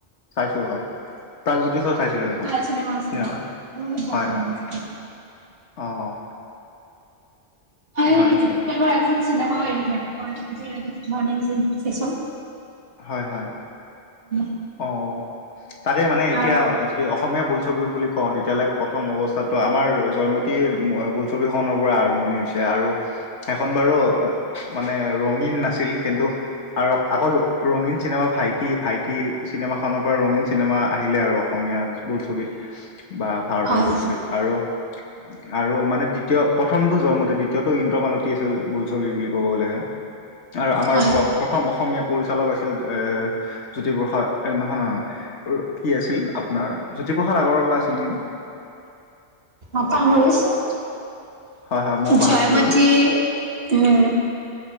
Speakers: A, on the left (about 80°); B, on the right (about 60°).
A: চাইছোঁ হয়। প্ৰাগজ্যোতিষৰ চাইছিলোঁ সেইখন
B: ভাল আছিলে
A: চিনেমা।
B: বহুত ভাল
A: হয়
B: চিনেমা
A: হয়।
B: আছিলে
A: অহ।
B: মই
A: হয়।
B: জুবিন এখন চিনেমাও এৰি দিয়া নাই। মই আজি ৰাতি গোদ মৰ্নিং যে লিখিছোঁ
A: হয় হয়।
B: উম
A: অ তাকে মানে
B: হয়
A: এতিয়া যদি অসমীয়া বোলছবি বুলি কওঁ তেতিয়ালৈ প্ৰথম অৱস্থাটো আমাৰ জয়মতী বোলছবিখনৰ পৰা আৰম্ভণি হৈছে আৰু সেইখন বাৰু আ <unintelligible> মানে ৰঙীন নাছিল, কিন্তু আৰু আগৰ ৰঙীন চিনেমা ভাইটি, ভাইটি চিনেমাখনৰ পৰা ৰঙীন চিনেমা আহিলে আৰু অসমীয়া বোলছবিত বা ভাৰতৰ
B: হয়
A: বোলছবিত আৰু আৰু মানে দ্বিতীয় প্ৰথমটো জয়মতী দি দ্বিতীয়টো ইন্দ্ৰমালতী আছিল বোলছবিৰ বুলি ক'ব গ'লে আৰু আমাৰ
B: হয়,
A: প প্ৰথম অসমীয়া পৰিচালক আছিল এ জ্যোতিপ্ৰসাদ এ নহয়, নহয়। কি আছিল আপোনাৰ জ্যোতিপ্ৰসাদ আগৰৱালা আছিল নেকি?
B: অ পাহৰিছো।
A: হয় হয় ময়ো পাহৰিছো
B: জয়মতী
A: বাৰু
B: নে